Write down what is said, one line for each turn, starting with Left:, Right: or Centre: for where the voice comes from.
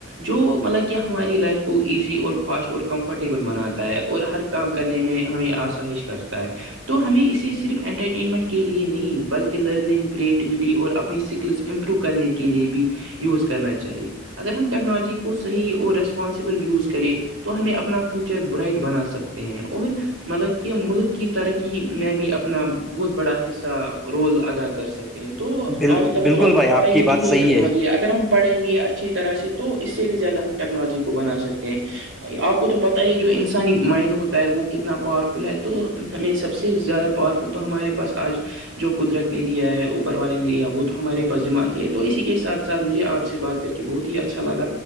Right: جو مطلب کہ ہماری لائف کو ایزی اور فاسٹ اور کمفرٹیبل بناتا ہے اور ہر کام کرنے میں ہمیں آسائش کرتا ہے تو ہمیں اس صرف انٹرٹینمنٹ کے لئے نہیں بلکہ لرننگ کریٹیوٹی اور اپنی اسکلس امپروو کرنے کے لیے بھی یوز کرنا چاہیے اگر ہم ٹیکنالوجی کو صحیح اور ریسپانسبل یوز کریں تو ہمیں اپنا فیوچر برائٹ بنا سکتے اور مطلب کہ ملک کی ترقی میں بھی اپنا بہت بڑا حصہ رول ادا کر سکتے تو
Centre: بل
Right: آج کل
Centre: بالکل
Right: تو آپ
Centre: بھائی
Right: کو پت ہی
Centre: کی
Right: ہے
Centre: بات
Right: کتنی
Centre: صحیح
Right: ٹیکنالوجی ہے اگر ہم پڑیں گے اچھی طرح سے تو اس سے بھی زیادہ ہم ٹیکنالوجی کو بنا سکتے ہیں آپ کو تو پتا ہے جو انسانی مائنڈ ہوتا ہے وہ کتنا پاورفل ہے تو ہمیں سب سے زیادہ پاورفل تو ہمارے پاس آج جو قدرت نے دیا ہے اوپر والے نے دیا وہ تو ہمارے پاس دذماغی ہے تو اسی کے ساتھ ساتھ مجھے آپ سے بات کر کہ بہت ہی اچھا لگ